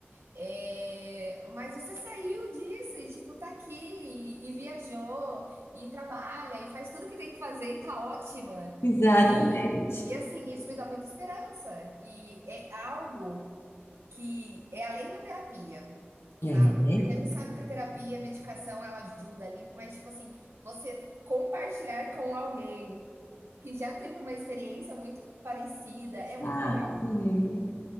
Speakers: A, on the right; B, on the left.
A: é, mas você saiu disso e tipo, tá aqui e, e viajou e trabalha e faz tudo que tem que fazer e tá ótima.
B: exatamente.
A: E, e assim, isso me dá muita esperança. E é algo que é além da terapia,
B: É.
A: sabe? Porque a gente sabe que a terapia, a medicação, ela ajuda ali, mas, tipo assim, você compartilhar com alguém que já teve uma experiência muito parecida
B: Exato.
A: é muito legal.
B: é.